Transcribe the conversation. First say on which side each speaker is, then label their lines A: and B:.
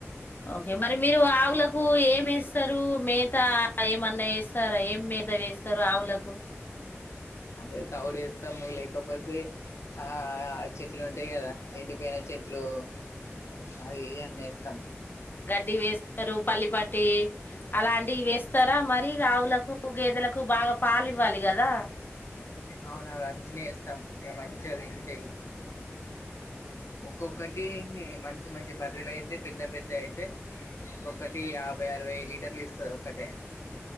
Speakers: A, on the left (about 45°); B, on the left (about 80°).
A: ఓకే మరి మీరు ఆవులకు ఏం వేస్తారు మేత ఏమన్నా వేస్తారా ఏం మేత వేస్తారు ఆవులకు
B: అదే తౌడు వేస్తాము లేకపోతే ఆ చెట్లు ఉంటాయి కదా ఎండిపోయిన చెట్లు అట్లు అవి అన్న ఇస్తాం
A: ది వేస్ ఇారు పల్లిపాటి అలాంటివి వేస్తారా మర ఆవులకు గేదెలకు బాగా పాలు ఇవ్వాలి కదా
B: అవునా అవ అన్నీ ఇస్తాం ఇక మంచి అది ఇంటేయి ఒక్కొక్కటి మంచి మంచి బర్రెలు అయితే పెద్ద పెద్ద అయితే ఒక్కొక్కటి యాభై అరవై లీటర్లు ఇస్తది ఒకక్కటే